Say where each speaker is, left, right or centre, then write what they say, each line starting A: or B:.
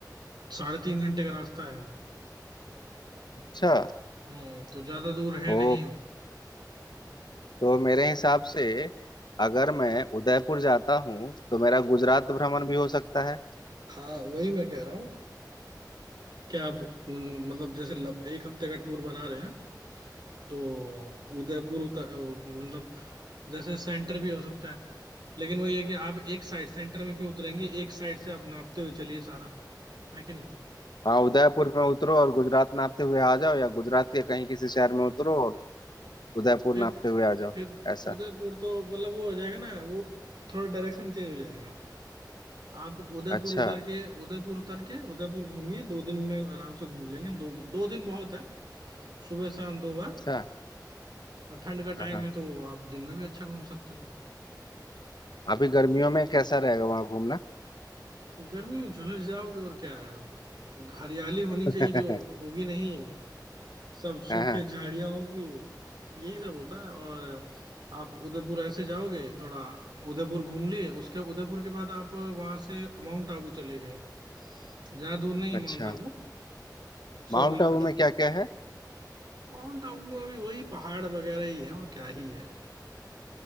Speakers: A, on the right (about 70°); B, on the left (about 70°).
A: साढ़े तीन घंटे का रास्ता है
B: अच्छा
A: हम्म तो ज्यादा दूर है
B: ओ
A: नहीं
B: तो मेरे हिसाब से अगर मैं उदयपुर जाता हूँ तो मेरा गुजरात भ्रमण भी हो सकता है
A: हाँ वही मैं कह रहा हूँ क्या आप उन- मतलब जैसे लप, एक हफ्ते का टूर बना रहे हैं तो उदयपुर उतर अ, मतलब जैसे सेंटर भी हो सकता है लेकिन वही है कि आप एक साइड सेंटर में क्यों उतरेंगे एक साइड से आप नापते हुए चलिए सारा है कि नहीं
B: हाँ उदयपुर में उतरो और गुजरात नापते हुए आ जाओ या गुजरात के कहीं किसी शहर में उतरो और उदयपुर
A: फिर
B: नापते हुए आ जाओ
A: फिर
B: ऐसा
A: उदयपुर तो मतलब वो हो जाएगा ना वो थोड़ा डायरेक्शन चेंज हो जाएगा आप उदयपुर
B: अच्छा
A: उतर के उदयपुर उतर के उदयपुर घूमिए दो दिन में आराम से घूम लेंगे दो दो दिन बहुत है सुबह शाम दो बार
B: अच्छा
A: और ठंड का
B: हाँ
A: टाइम
B: हाँ।
A: है तो आप दिन में भी अच्छा घूम सकते हो
B: अभी गर्मियों में कैसा रहेगा वहां घूमना
A: गर्मी में झुलस जाओगे और क्या है हरियाली होनी
B: <laughs>
A: चाहिए जो होगी नहीं सब सूखे
B: हाँ हाँ
A: झाड़ियां होंगी यही सब होता है और आप उदयपुर ऐसे जाओगे थोड़ा उदयपुर घूम लिए उसके उदयपुर के बाद आप वहां से माउंट आबू चले गए ज्यादा दूर नहीं
B: अच्छा
A: है Mount Abu सौ
B: माउंट
A: kilometre
B: आबू में क्या क्या है
A: Mount Abu में भी वही पहाड़ वगैरह ही है और क्या ही है